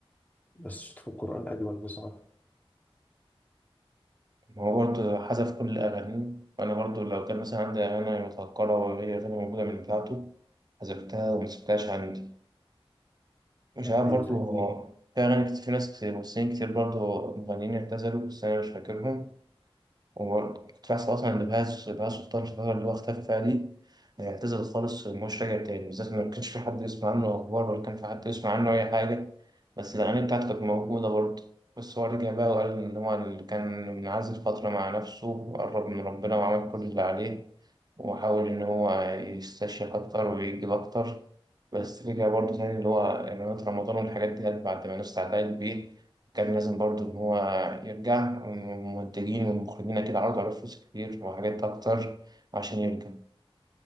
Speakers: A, on the left (about 15°); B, on the right (about 45°).
A: بس صوته في القرآن أجمل بصراحة
B: هو برضه حذف كل أغانيه وأنا برضه لو كان مثلا عندي أغاني متهكرة وهي غير موجودة من بتاعته حذفتها ومسكتهاش عندي مش
A: كان
B: عارف
A: بيغني
B: برضه هو في أغاني كتير في ناس كتير ممثلين كتير برضه مغنيين اعتزلوا بس أنا مش فاكرهم وكنت بحسب أصلا إن بهاز بهاز سلطان في الفترة اللي هو اختفى فيها دي اعتزل خالص ومش راجع تاني بالذات إن ما كانش في حد يسمع عنه أخبار ولا كان في حد يسمع عنه أي حاجة بس الأغاني بتاعته كانت موجودة برضه بس هو رجع بقى وقال إن هو اللي كان منعزل فترة مع نفسه وقرب من ربنا وعمل كل اللي عليه وحاول إن هو يستشيخ أكتر ويجيب أكتر بس رجع برضه تاني اللي هو إعلانات رمضان والحاجات دي بعد ما الناس اتعلقت بيه كان لازم برضو إن هو يرجع والمنتجين والمخرجين أكيد عرضوا عليه فلوس كتير وحاجات أكتر عشان يرجع